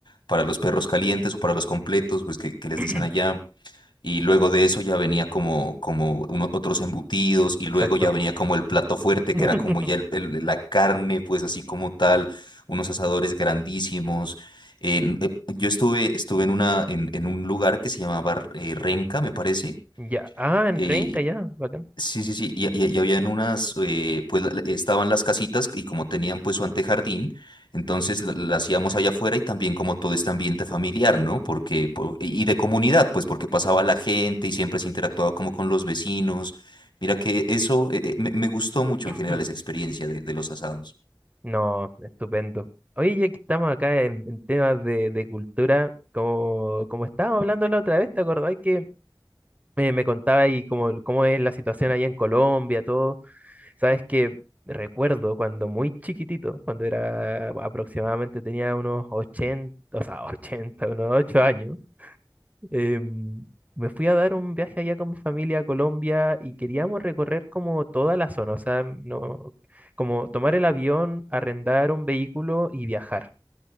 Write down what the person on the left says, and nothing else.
para los perros calientes o para los completos, pues que, que les
dicen allá. Y luego de eso ya venía como, como uno- otros embutidos y
luego ya venía como el plato fuerte,
que era como ya el- el- la carne, pues así como tal, unos asadores grandísimos. En- eh, yo estuve, estuve en, una, en, en un lugar que se llamaba eh, Renca, me parece.
eh,
Sí, sí, sí, y, y- y habían unas, eh, pues la- estaban las casitas y como tenían pues su antejardín, entonces la, la hacíamos allá afuera y también como todo este ambiente familiar, ¿no? Porque, po- y de comunidad, pues porque pasaba la gente y siempre se interactuaba como con los vecinos. Mira que eso eh, eh, me, me gustó mucho
en general
esa experiencia de de los asados.